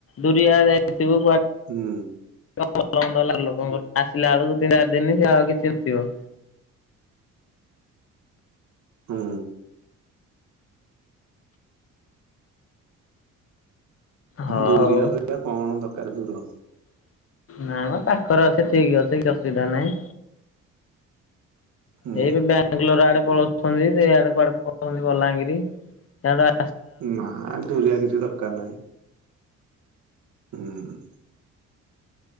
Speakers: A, on the left; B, on the right.
A: ଦୁରିଆ ଯାଇଥିବୁ କୁଆ
B: ହୁଁ।
A: ଭଲ ମନ୍ଦ ହେଲାରୁ ଲୋକଙ୍କର ଆସିଲା ବେଳକୁ ତିନି ଚାରି ଦିନ ସେ ଆଉ କିଛି ନଥିବ।
B: ହୁଁ।
A: ହଉ
B: ଦୂରିଆ ପିଲା କଣ ଦରକାର ଦୂର।
A: ନାମ ପାଖରେ ଅଛି ଠିକି ଅଛି କିଛି ଅସୁବିଧା ନାହିଁ।
B: ହୁଁ
A: ଏଇ ଏବେ ବାଙ୍ଗଲୋର ଆଡେ ପଳୋଉଛନ୍ତି ସେଇଆଡେ କୁଆଡେ ପଳୋଉଛନ୍ତି ବଲାଙ୍ଗିରି ସ୍ୟାଡୁ ଆ
B: ନା ଦୁରିଆ କିଛି ଦରକାର ନାହିଁ। ହୁଁ ହୁଁ।